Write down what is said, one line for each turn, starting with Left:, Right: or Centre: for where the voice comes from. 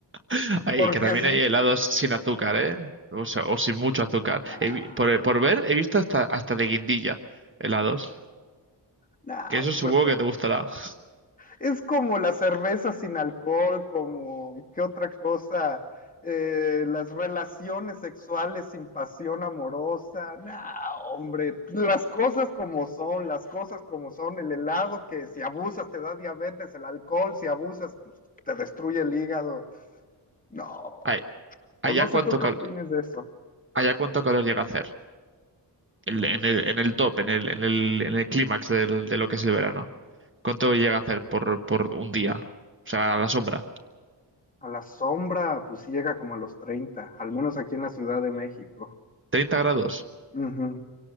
Right: <laughs> Ahí,
Left: Porque
Right: que también
Left: sí.
Right: hay helados sin azúcar, ¿eh? O sea, o sin mucho azúcar.
Left: Ah,
Right: He vi- por, eh, por ver, he visto hasta, hasta de guindilla helados.
Left: no,
Right: Que eso
Left: hombre,
Right: supongo
Left: pero...
Right: que te gustará. <laughs>
Left: Es como la cerveza sin alcohol, como qué otra cosa, Eh, las relaciones sexuales sin pasión amorosa. Nah, hombre, las cosas como son, las cosas como son, el helado que si abusas te da diabetes, el alcohol si abusas pues te destruye el hígado. No,
Right: Ay,
Left: o
Right: allá
Left: no sé
Right: cuánto
Left: tú qué
Right: cal-
Left: opinas de eso.
Right: allá cuánto calor llega a hacer. El-
Left: No,
Right: en
Left: pues,
Right: el, en el top, en el, en el, en el clímax del- de lo que es el verano. ¿Cuánto llega a hacer por, por un día? O sea, a la sombra.
Left: a la sombra, pues sí llega como a los 30, al menos aquí en la Ciudad de México.
Right: 30 grados.
Left: Ujú,